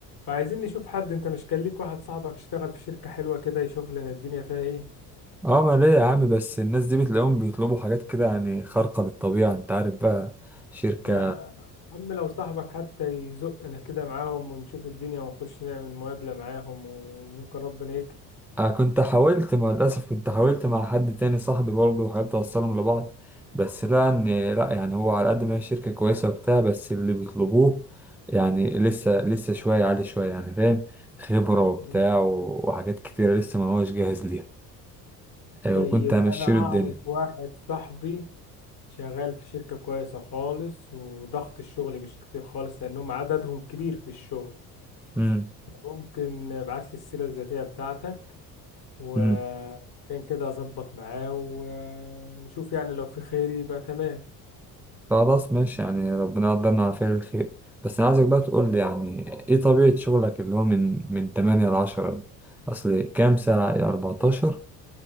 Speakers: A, on the left; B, in the centre.
A: فعايزين نشوف حد انت مش كان ليك واحد صاحبك اشتغل في شركة حلوة كده يشوف لنا الدنيا فيها ايه
B: اه ما ليه يا عم بس الناس دي بتلاقيهم بيطلبوا حاجات كده يعني خارقة للطبيعة انت عارف بقى شركة
A: يا عم لو صاحبك حتى يزقنا كده معاهم ونشوف الدنيا ونخش نعمل مقابلة معاهم وممكن ربنا يكرم
B: أنا كنت حاولت مع للأسف كنت حاولت مع حد تاني صاحبي برضه وحاولت أوصلهم لبعض بس لقى إن لأ يعني هو على قد ما هي شركة كويسة وبتاع بس اللي بيطلبوه يعني لسه لسه شوية عالي شوية يعني فاهم خبرة وبتاع
A: مم.
B: و- وحاجات كتيرة لسه ما هوش جاهز ليها أيوة،
A: طيب
B: وكنت همشيله
A: أنا أعرف
B: الدنيا
A: واحد صاحبي شغال في شركة كويسة خالص وضغط الشغل مش كتير خالص لأنهم عددهم كبير في الشغل
B: امم
A: ممكن ابعت لي السيرة الذاتية بتاعتك وكان
B: امم
A: كده أظبط معاه ونشوف يعني لو في خير يبقى تمام
B: خلاص ماشي يعني ربنا يقدرنا على فعل الخير بس أنا عايزك بقى تقول لي يعني إيه طبيعة شغلك اللي هو من من 8 ل 10 أصل كام ساعة 14